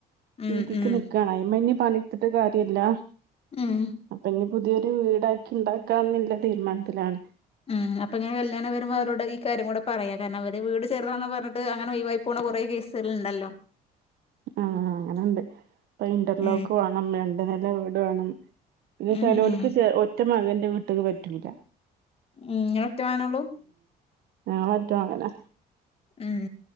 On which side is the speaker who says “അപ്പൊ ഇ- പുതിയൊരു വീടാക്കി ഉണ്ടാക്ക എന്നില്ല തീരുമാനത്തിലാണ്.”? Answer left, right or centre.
Right